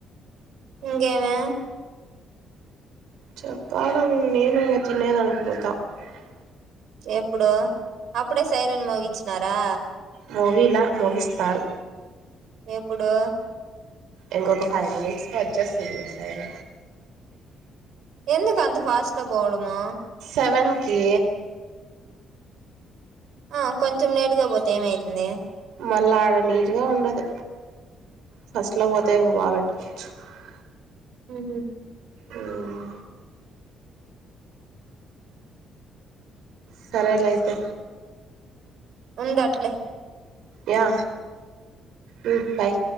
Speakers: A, on the right; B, on the right.
A: ఇంగేమే
B: చెప్పాల నేను ఇంగ తినేదానికి పోతా <unintelligible>
A: ఎప్పుడు అప్పుడే సైరన్ మోగిచ్చినారా
B: మోగీలా మోగిస్తారు
A: ఎప్పుడు
B: ఇంకొక ఫైవ్ మినిట్స్కి వచ్చేస్తుంది ఫైర్
A: ఎందుకు అంత ఫాస్ట్ లో పోవడము
B: సెవెన్ కే
A: ఆ కొంచెం లేటుగా పోతే ఏమైతుంది
B: మన్ లాగా నీట్ గా ఉండదు ఫస్ట్ లో పోతేా బాగా పెట్టుకోవచ్చు <unintelligible>
A: హు హమ్
B: ఉం సరేలే అయితే
A: ఉంద అట్లే
B: యా ఉం బాయ్